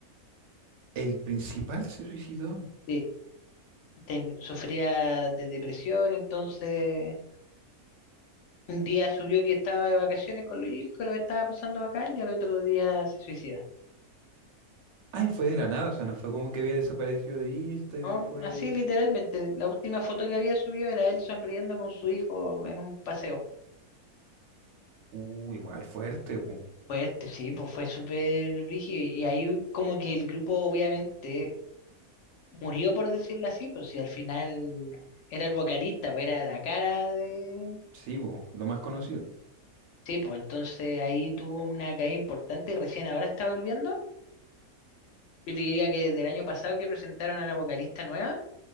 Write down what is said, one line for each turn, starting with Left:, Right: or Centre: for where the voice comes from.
Right: El principal se suicidó.
Left: Sí, ten- sufría de depresión, entonces un día subió que estaba de vacaciones con los hijos, que lo estaba pasando bacán, y al otro día se suicidó.
Right: Ay, fue de la nada, o sea, no fue como que había desaparecido de Insta y después.
Left: No, así literalmente. La última foto que había subido era él sonriendo con su hijo en un paseo.
Right: Uh, igual fuerte, po.
Left: Fuerte, sí, pues fue súper brígido. Y ahí como que el grupo obviamente murió, por decirlo así, pues si al final era el vocalista, pues era la cara de...
Right: Sí, po, lo más conocido.
Left: Sí, pues entonces ahí tuvo una caída importante y recién ahora está volviendo. Yo te diría que desde el año pasado que presentaron a la vocalista nueva,